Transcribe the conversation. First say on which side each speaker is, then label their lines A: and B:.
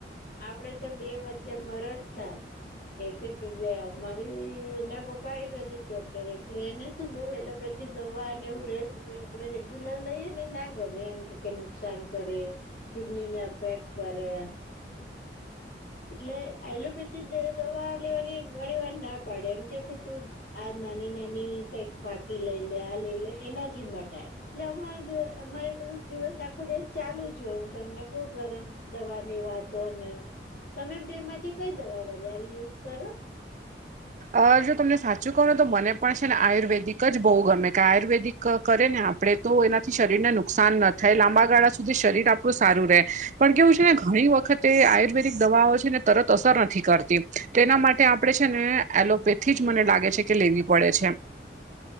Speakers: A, on the left (about 55°); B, on the right (about 45°).
A: આપડે તો બે વચ્ચે મરો જ થાય. એકેકે બે અમારી એના પપ્પા આયુર્વેદિક ડોક્ટર એટલે એને શું બહુ એલોપેથી દવા અને એવું રે જે આપણે રેગ્યુલર લઈએ ને ના ગમે એમ કે કે નુકસાન કરે કિડનીને અફેક્ટ કરે. એટલે આલોપેથી દે દવા લેવાની ઘણી વાર ના પડે એમ કે કે તું આ નાની નાની કઈક ફાકી લઈ લે આ લઈ લે એનાથી મટાય. એટલે અમારે દિવ અમારે બધું દિવસ આખો દિવસ ચાલુ જ હોય હું તમને કઉ ઘરે. દવાની વાતો ને તમે બે માંથી કઈ દવા વધારે યુઝ કરો?
B: અ જો તમને સાચું કહો ને તો મને પણ છે ને આયુર્વેદિક જ બહુ ગમે કે આયુર્વેદિક ક કરે ને આપડે તો એનાથી શરીરને નુકસાન ન થાય લાંબા ગાળા સુધી શરીર આપણું સારું રહે. પણ કેવું છે ને ઘણી વખતે આયુર્વેદિક દવાઓ છે ને તરત અસર નથી કરતી. તેના માટે આપણે છે ને એલોપેથી જ મને લાગે છે કે લેવી પડે છે.